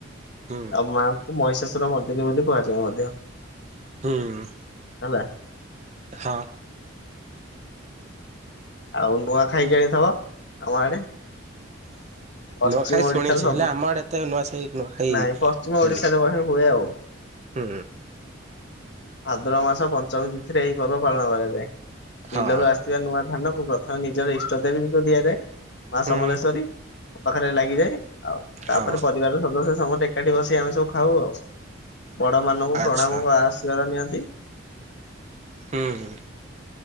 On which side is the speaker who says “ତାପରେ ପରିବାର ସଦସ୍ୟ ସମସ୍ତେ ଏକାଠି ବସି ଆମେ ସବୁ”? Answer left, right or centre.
Left